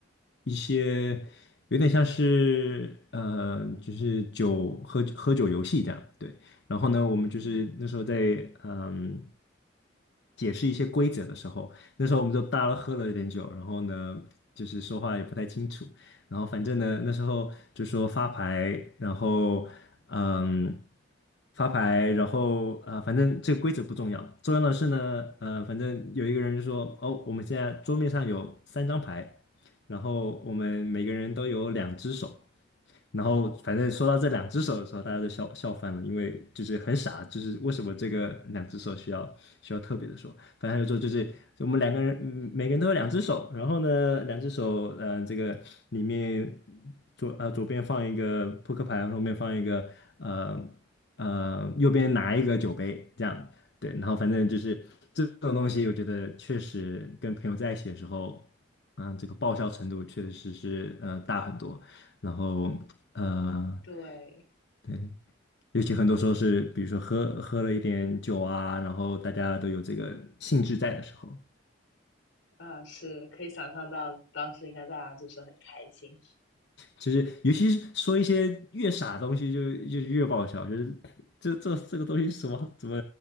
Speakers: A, on the left (about 60°); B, on the left (about 85°).
A: 一些有点像是呃就是酒喝喝酒游戏这样，对，然后呢，我们就是那时候在嗯。
B: 嗯，
A: 解释一些规则的时候，那时候我们就大家都喝了一点酒，然后呢，就是说话也不太清楚。然后反正呢，那时候就说发牌，然后嗯，发牌，然后呃，反正这个规则不重要，重要的是呢，呃，反正有一个人说，哦，我们现在桌面上有三张牌，然后我们每个人都有两只手。然后反正说到这两只手的时候，大家都笑笑翻了，因为就是很傻，就是为什么这个两只手需要需要特别的说？反正他就说就是就我们两个人，嗯每个人都有两只手，然后呢，两只手，呃，这个里面左呃左边放一个扑克牌，后面放一个呃呃右边拿一个酒杯，这样对，然后反正就是这种东西，我觉得确实跟朋友在一起的时候，嗯、这个爆笑程度确实是是呃大很多。然后呃，
B: 对，
A: 对，尤其很多时候是，比如说喝喝了一点酒啊，然后大家都有这个兴致在的时候，
B: 啊，是可以想象到当时应该大家就是很开心。
A: 其实尤其是说一些越傻的东西就就越爆笑，就是这这这个东西什么怎么